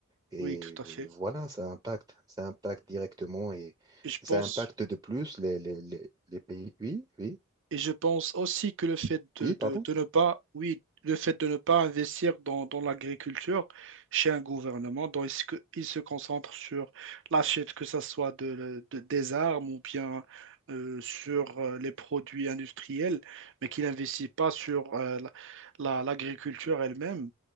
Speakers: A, on the right (about 20°); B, on the right (about 60°).
A: Et
B: Oui, tout à fait.
A: euh, voilà, ça impacte, ça impacte directement et
B: Et je
A: ça
B: pense,
A: impacte de plus les, les, les, les pays. Oui, oui,
B: Et je pense aussi que le fait de,
A: oui,
B: de-
A: pardon.
B: de ne pas, oui, le fait de ne pas investir dans, dans l'agriculture chez un gouvernement, dont il se, il se concentre sur l'achète, que ce soit de, de- des armes ou bien euh, sur euh, les produits industriels, mais qu'il n'investit pas sur euh, la- la- l'agriculture elle-même,